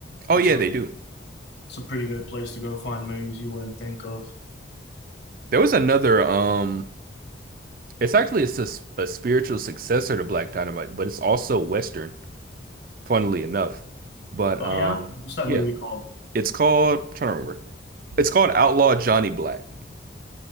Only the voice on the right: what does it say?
Oh
yeah, they do.
There was another um it's actually it's a, s- a spiritual successor to Black Dynamite, but it's also Western, funnily enough. But
um
yeah,
it's called I'm trying to remember. It's called Outlaw Johnny Black.